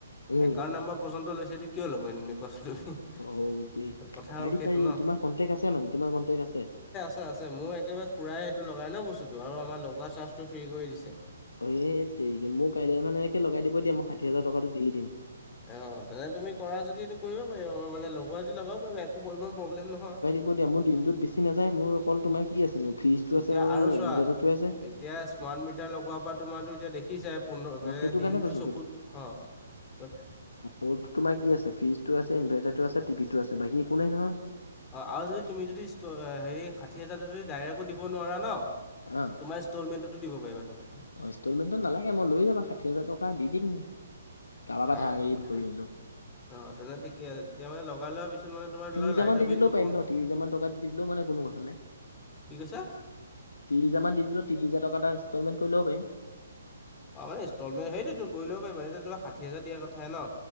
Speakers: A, on the left; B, on the left.
A: উম,
B: একাউণ্ট নাম্বৰ পৰ্যন্ত লৈছে, এইটো কিয় ল'ব এনেই কোৱা চোন তুমি?
A: অও' দে
B: তো
A: পাৰি
B: কথা হ'ল সেইটো
A: পাৰি,
B: ন
A: তোমাৰ কণ্টেক্ট আছে মানে তোমাৰ কণ্টেক্ট আছে।
B: আছে আছে, মোৰ একেবাৰে খুৰাই সেইটো লগাই ন বস্তুটো আৰু আমাৰ লগোৱা চাৰ্জটো ফ্ৰী কৰি দিছে।
A: হেইত তেৰিকি মোৰ কাইলে মানে একে লগাই দিব দিয়া মই ষাঠি হাজাৰ টকাটো দিয়ে দিম।
B: অঁ তেনেকে তুমি কৰা যদি এইটো কৰিব পাৰিবা মানে লগোৱা যদি লগাব পাৰিবা একো কৰিব প্ৰব্লেম নহয়।
A: হ'ব দিয়া, মোৰ দিনটোত বেছি নাযায় মোৰ অকল তোমাৰ কি আছেনো ফ্ৰিজটো
B: এতিয়া
A: আছে আৰু
B: চোৱা
A: ইনভাৰ্টাৰটোৱে আছে।
B: এতিয়া স্মাৰ্ট মিটাৰ লগোৱা পা তোমাৰটো এতিয়া দেখ- সি চায় পোন্ধ বে
A: অ', সেইটো
B: দিনটো
A: কাৰণে কৈছো
B: চকুত অঁ তত-
A: মোৰটো তোমাৰ কি আছে ফ্ৰিজটো আছে ইনভেৰ্টাইটো আছে টিভিটো আছে বাকী একো নাই নহয়।
B: অ আও যদি তুমি যদি ষ্ট হেৰি ষাঠি হাজাৰটো যদি ডাইৰেকো দিব নোৱাৰা ন-
A: অঁ'।
B: তোমাৰ ইষ্টলমেণ্টোতো দিব পাৰিবা তুমি।
A: অঁ ইষ্টলমেণ্টো নালাগে মই লৈ যাবা ষাঠি হাজাৰ টকা দি দিম। কাৰোবাৰ পৰা
B: অঁ
A: ধাৰ
B: তেনে
A: ঋণ কৰি হ'লেও।
B: অঁ তেনে ঠিকে আছে তেতিয়া মানে লগাই লৱা পিছত মানে- তোমাৰ ধৰি
A: ত্ৰিছ
B: লোৱা
A: হাজামান
B: লাইটৰ
A: দি
B: বিলটো
A: দিলেও পাৰিম
B: কম
A: ন
B: হয়।
A: ত্ৰিশ হাজা মান টকাত দি দিলেও মানে কোনো কথা নাই।
B: কি কৈছা?
A: ত্ৰিছ হেজমান দি দিলও তিনি হেজা টকা এটা ইষ্টলমেণ্ট কৰি ল'ব পায়িম।
B: অঁ হে ষ্টলমেণ্ট সেইটোৱেটো কৰি লব পাৰিবা এজে তোমাক ষাঠি হাজাৰ দিয়াৰ কথাই ন।